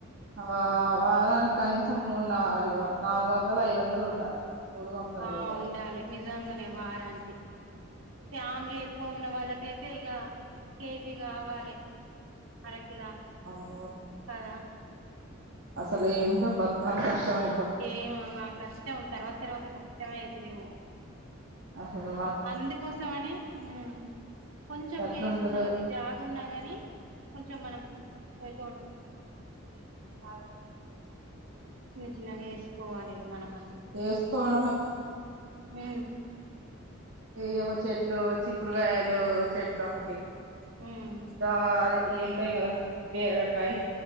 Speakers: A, on the right; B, on the right.
A: ఆ వారానికి కనీసం మూడు నాలుగు వ నాలుగు వందలు ఐదు వందలు ఉండాలి మూడు వందలు
B: ఆ
A: కూడా కాదు
B: ఉండాలి నిజంగనే వారానికి ఫ్యామిలీ ఎక్కువ ఉన్న వాళ్ళకైతే ఇగా కేజీ గావాలి అరకిలా
A: ఓ
B: కదా
A: అసలు ఏంటో బతకటం కష్టమే
B: ఏమొ మా కష్టం తర్వాత తర్వాత కష్టమే అవుతదేమో
A: అసలే
B: అందుకోసం మని మ్ కొంచెం
A: ఎట్లుంటదో
B: ప్లేస్ ఉన్నా అది జాగ ఉన్నా గాని కొంచెం మనం ఎ తోట కూరనో లేకుంటే పాల కూర చిన్న చిన్నగా ఎసుకోవాలి మనమందు
A: చేసుకోవడమే
B: మ్
A: ఎయో ఒక చెట్లు చిక్కుడుకాయలు చెట్లు ఒకటి
B: ఉమ్
A: దా అదే ఇయ్యి ఉంటాయి కదా బిరకాయ్